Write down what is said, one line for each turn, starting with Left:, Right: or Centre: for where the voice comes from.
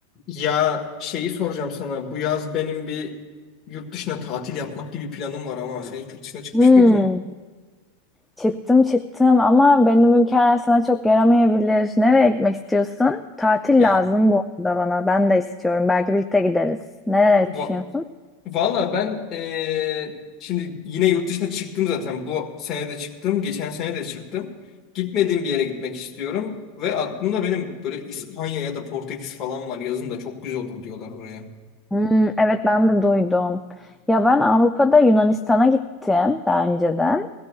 Left: Ya şeyi soracağım sana. Bu yaz benim bir yurt dışına tatil yapmak gibi bir planım var ama sen hiç yurt dışına çıkmış
Centre: Hmm,
Left: mıydın?
Centre: çıktım çıktım ama benim ülkeler sana çok yaramayabilir. Nereye gitmek istiyorsun? Tatil
Left: Ya
Centre: lazım bu arada bana. Ben de istiyorum. Belki birlikte gideriz. Nereleri
Left: va
Centre: düşünüyorsun?
Left: valla ben eee, şimdi yine yurt dışına çıktım zaten. Bu sene de çıktım. Geçen sene de çıktım. Gitmediğim bir yere gitmek istiyorum. Ve aklımda benim böyle İspanya ya da Portekiz falan var. Yazın da çok güzel olur diyorlar oraya.
Centre: Hmm, evet ben de duydum. Ya ben Avrupa'da Yunanistan'a gittim daha önceden.